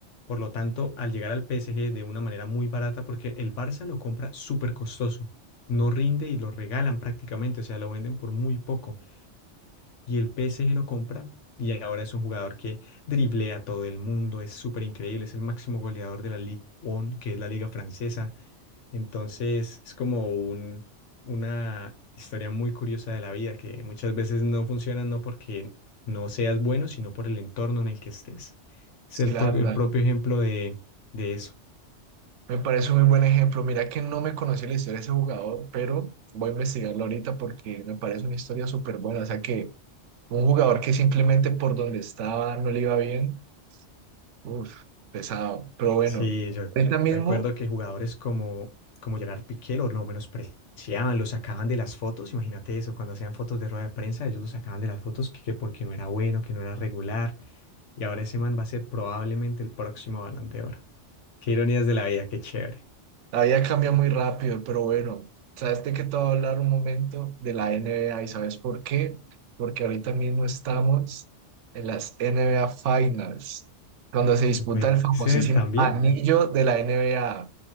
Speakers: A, on the left; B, on the right.
A: Por lo tanto, al llegar al PSG de una manera muy barata, porque el Barça lo compra súper costoso, no rinde y lo regalan prácticamente, o sea, lo venden por muy poco. Y el PSG lo compra y ahora es un jugador que driblea a todo el mundo, es súper increíble, es el máximo goleador de la Ligue 1, que es la liga francesa, entonces es como un, una historia muy curiosa de la vida que muchas veces no funciona no porque no seas bueno, sino por el entorno en el que estés. Es
B: Sí,
A: el,
B: la
A: pro-
B: verdad.
A: el propio ejemplo de, de eso.
B: Me parece un muy buen ejemplo. Mira que no me conocí la historia de ese jugador, pero voy a investigarlo ahorita porque me parece una historia súper buena. O sea que un jugador que simplemente por donde estaba no le iba bien, uff, pesado. Pero bueno,
A: Sí, yo
B: ahorita mismo
A: recuerdo que jugadores como, como Gerard Piqué lo, lo menospreciaban, lo sacaban de las fotos. Imagínate eso, cuando hacían fotos de rueda de prensa, ellos lo sacaban de las fotos que, que porque no era bueno, que no era regular. Y ahora ese man va a ser probablemente el próximo Balón de Oro. Qué ironías de la vida, qué chévere.
B: La vida cambia muy rápido, pero bueno, sabes de qué te voy a hablar un momento de la NBA y ¿sabes por qué? Porque ahorita mismo estamos en las NBA Finals, cuando se disputa
A: No puede
B: el famosísimo
A: ser también.
B: anillo de la NBA.